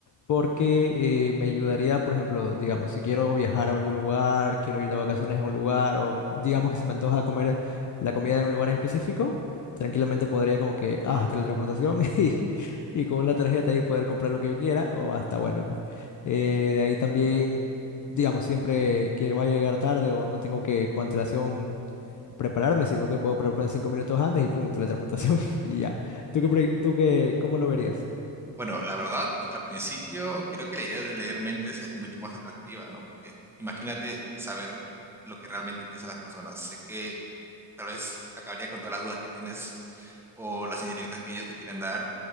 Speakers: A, on the left; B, in the centre.
A: porque eh, me ayudaría, por ejemplo, digamos, si quiero viajar a algún lugar, quiero ir de vacaciones a un lugar, o digamos que se me antoja comer la comida de un lugar en específico, tranquilamente podría como que, ah, teletransportación <laughs> y, y con una tarjeta ahí poder comprar lo que yo quiera, o hasta bueno. eh, de ahí también, digamos, siempre que va a llegar tarde o no tengo que con antelación prepararme, sino que puedo prepararme cinco minutos antes y pum, teletransportación <laughs> y ya. ¿Tú qué, pre- tú qué, cómo lo verías?
B: Bueno, la verdad, al principio creo que la idea de leer mentes es mucho más atractiva, ¿no? Porque imagínate saber lo que realmente piensan las personas. Sé que tal vez acabaría con todas las dudas que tienes o las indirectas que ellos te quieren dar.